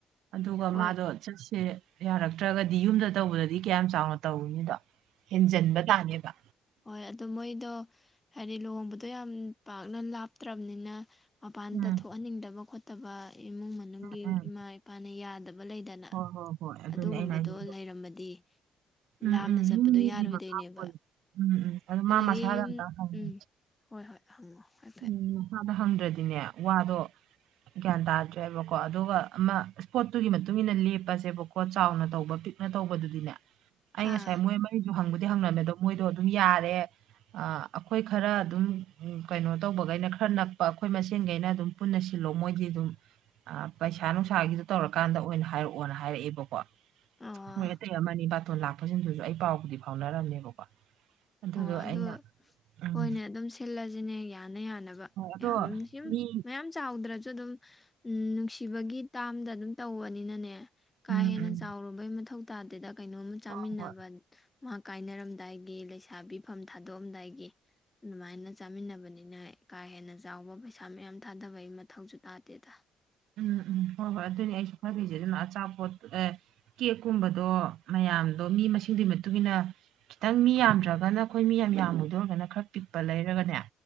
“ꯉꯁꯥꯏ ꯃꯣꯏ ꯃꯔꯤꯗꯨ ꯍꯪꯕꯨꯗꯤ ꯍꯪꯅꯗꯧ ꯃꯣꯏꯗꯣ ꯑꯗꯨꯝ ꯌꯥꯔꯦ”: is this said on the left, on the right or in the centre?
Right